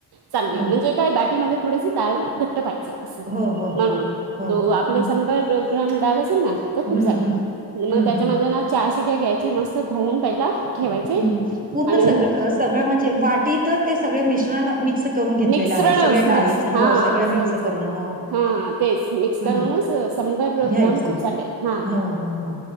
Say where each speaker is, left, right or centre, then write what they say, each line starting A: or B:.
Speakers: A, on the right; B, on the right.
A: चालली
B: हो.
A: म्हणजे- काय बटीमध्ये थोडी दाळ घट्ट पाहिजे असं
B: हो, हो,
A: म्हणून
B: हो, हो. हो,
A: त
B: हो. हं.
A: साभांर- ग्रामदळ असल ना त
B: हं,
A: खूप झाले
B: हं.
A: मग
B: हं,
A: त्याच्यामध्ये
B: हं.
A: ना चार सिट्या घ्यायची मस्त धुवन पहिला ठेवायचे
B: हम पूर्ण
A: आणि
B: सगळ सगळं म्हणजे वाटीत ते सगळे मिश्रण मिक्स करून घेतलेल
A: मिक्सरणच
B: आहे सगळे
A: मिक्स
B: डाळी हो
A: हा
B: सगळे
A: स
B: मिक्स करून हो
A: हा तेच मिक्स करूनच
B: हां
A: शंभर
B: घ्यायचं.
A: ग्राम खूप झाले हा
B: हो, हो, हो.